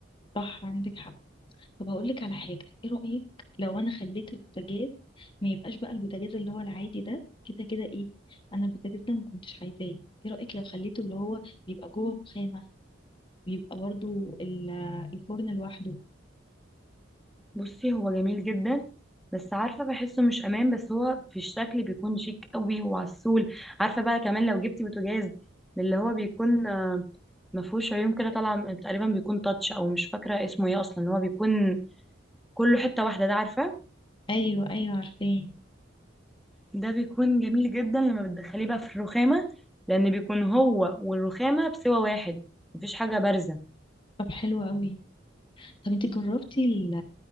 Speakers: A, on the left; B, in the centre.
A: صح عندك حق طب هقول لك على حاجه ايه رايك لو انا خليت البوتاجاز ما يبقاش بقى البوتاجاز اللي هو العادي ده كده كده ايه انا البوتاجاز ده ما كنتش عايزاه ايه رايك لو خليته اللي هو بيبقى جوه رخامه بيبقى برضو ال- الفرن لوحده
B: بصي هو جميل جدا بس عارفه بحسه مش امان بس هو في الشكل بيكون شيك قوي وعسول عارفه بقى كمان لو جبتي بوتاجاز من اللي هو بيكون آه، ما فيهوش عيون كده طالعه من- تقريبا بيكون تاتش او مش فاكره اسمه ايه اصلا هو بيكون كله حته واحده ده عارفه
A: ايوه ايوه عارفاه
B: ده بيكون جميل جدا لما بتدخليه بقى في الرخامه لان بيكون هو والرخامه بسوى واحد مفيش حاجه بارزه
A: طب حلو قوي طب انت جربتي ال-